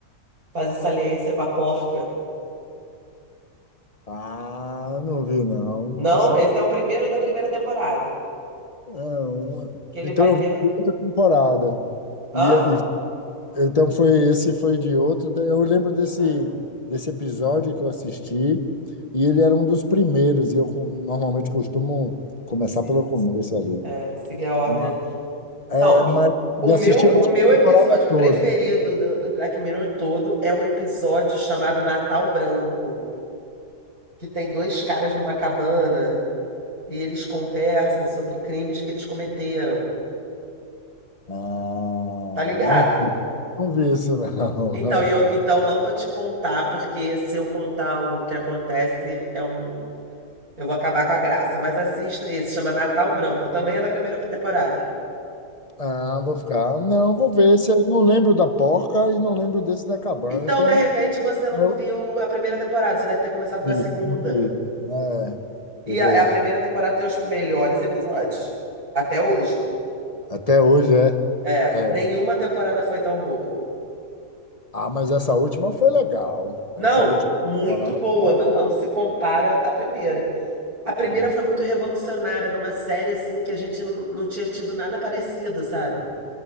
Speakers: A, on the right; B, on the left.
A: fazer saliência com a porca.
B: Ah, não vi não.
A: Não,
B: Essa
A: esse
B: é,
A: é o primeiro da primeira temporada.
B: é uma...
A: Que ele
B: Então
A: vai
B: eu
A: ter.
B: vi de outra temporada.
A: Hã?
B: E, e- então foi esse foi de outro. Eu lembro desse
A: Ah,
B: desse episódio que eu assisti e ele era um dos primeiros. E eu co- normalmente costumo começar
A: se...
B: pelo começo ali.
A: é, seguir a ordem.
B: Ma-
A: né?
B: É,
A: Então,
B: mas e
A: o meu,
B: assisti a última
A: o meu
B: temporada
A: episódio preferido
B: toda.
A: do, do Black Mirror todo é um episódio chamado Natal Branco, que tem dois caras numa cabana e eles conversam sobre crimes que eles cometeram.
B: Ah,
A: Tá ligado?
B: não, vi- não vi isso não.
A: Então,
B: <laughs>
A: e eu- então não vou te contar, porque se eu contar o que acontece, é um, eu vou acabar com a graça. Mas assista esse, chama Natal Branco, também é da primeira temporada.
B: Ah, vou ficar. Não, vou ver se eu não lembro da porca e não lembro desse da cabana.
A: Então,
B: Então
A: de repente, você não
B: Eu
A: viu a primeira temporada, você deve ter começado da
B: vi,
A: segunda.
B: eu vi. É,
A: E
B: eu
A: a,
B: vou.
A: a primeira temporada tem os melhores episódios, até hoje.
B: Até hoje é,
A: É,
B: é.
A: nenhuma temporada foi tão boa.
B: Ah, mas essa última foi legal.
A: Não,
B: Essa última
A: muito
B: temporada
A: boa,
B: foi
A: mas
B: legal.
A: não se compara à primeira. A primeira
B: Hum.
A: foi muito revolucionária, numa série assim que a gente não, não tinha tido nada parecido, sabe?